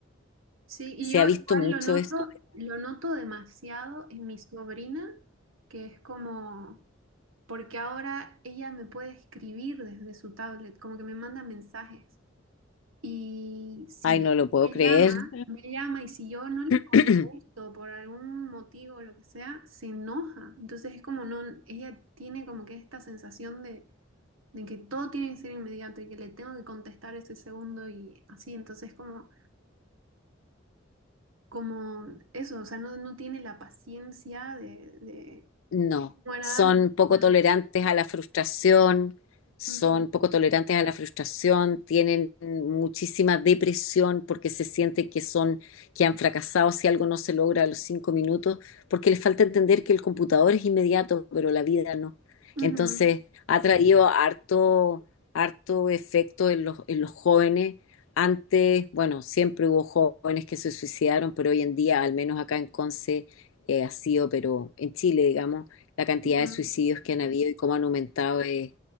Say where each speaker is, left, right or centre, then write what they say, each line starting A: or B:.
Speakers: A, on the right; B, on the left.
A: Sí, y
B: Se
A: yo
B: ha visto
A: igual
B: mucho
A: lo noto,
B: esto.
A: lo noto demasiado en mi sobrina, que es como, porque ahora ella me puede escribir desde su tablet, como que me manda mensajes. Y si
B: Ay, no lo puedo
A: me
B: creer.
A: llama, me llama y si yo no le contesto
B: <clears throat>
A: por algún motivo o lo que sea, se enoja. Entonces es como no, ella tiene como que esta sensación de, de que todo tiene que ser inmediato y que le tengo que contestar ese segundo y así. Entonces como, como eso, o sea, no, no tiene la paciencia de, de
B: No,
A: como era
B: son
A: antes.
B: poco
A: o sea,
B: tolerantes a la frustración, son
A: ujú,
B: poco tolerantes a la frustración, tienen muchísima depresión porque se siente que son, que han fracasado si algo no se logra a los cinco minutos, porque les falta entender que el computador es inmediato, pero la vida no.
A: ujú,
B: Entonces, ha traído harto, harto efecto en los, en los jóvenes. Antes, bueno, siempre hubo jóvenes que se suicidaron, pero hoy en día, al menos acá en Conce, eh, ha sido, pero en Chile, digamos, la cantidad
A: ujú,
B: de suicidios que han habido y cómo han aumentado es,